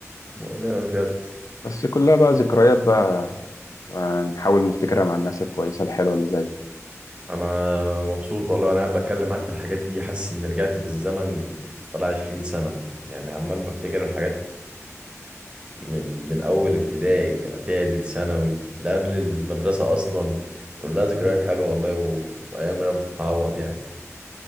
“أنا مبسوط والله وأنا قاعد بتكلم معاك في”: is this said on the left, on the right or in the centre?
Right